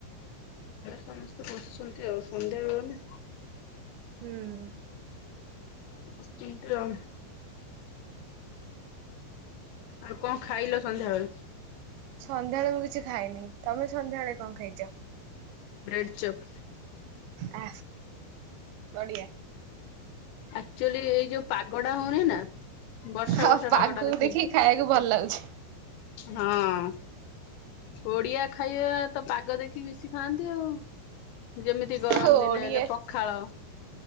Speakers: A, on the left; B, on the right.
A: ଘରେ ସମସ୍ତେ ବସିଛନ୍ତି ଆଉ ସନ୍ଧ୍ୟାବେଳ ନା।
B: ହୁଁ।
A: <unintelligible> ଆଉ କଣ ଖାଇଲ ସନ୍ଧ୍ୟାବେଳେ?
B: ସନ୍ଧ୍ୟାବେଳେ ମୁଁ କିଛି ଖାଇନି। ତମେ ସନ୍ଧ୍ୟାବେଳେ କଣ ଖାଇଛ?
A: Bread chop.
B: ଆ ବଢିଆ।
A: ଆକ୍ଚୁଆଲି ଏଇ ଯୋଉ ପାଗଡା ହଉନି ନା ବର୍ଷା
B: ଆଉ
A: ବର୍ଷା
B: ପାଗକୁ
A: ପାଗଡା ଦେଖେଇଛି।
B: ଦେଖିକି ଖାଇବାକୁ ଭଲ ଲାଗୁଛି
A: ହଁ। ଓଡିଆ ଖାଇବା ତ ପାଗ ଦେଖି ବେଶି ଖାଆନ୍ତି ଆଉ ଯେମିତି ଗରମ
B: ଓଡିଆ
A: ଦିନେ ହେଲେ ପଖାଳ।